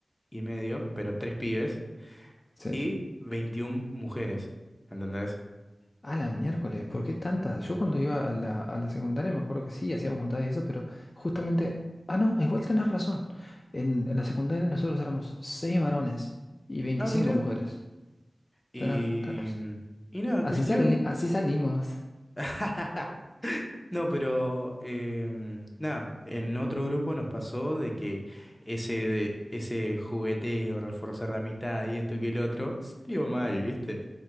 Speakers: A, on the left; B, on the left.
A: y medio, pero tres pibes
B: Sí.
A: y 21 mujeres. ¿Entendés?
B: A la miércoles, ¿por qué tantas? Yo cuando iba a la, a la secundaria me acuerdo que sí, hacíamos juntadas y eso, pero justamente, ah, no, igual tenés razón. En, en la secundaria nosotros éramos seis varones y veinticinco
A: Ah, mira.
B: mujeres.
A: Y,
B: Tenés- tenés razón.
A: y nada,
B: Así
A: cuestión.
B: sali- así salimos.
A: <laughs> No, pero em, nada, en otro grupo nos pasó de que ese, de, ese jugueteo, reforzar la amistad y esto que el otro, salió mal, ¿viste?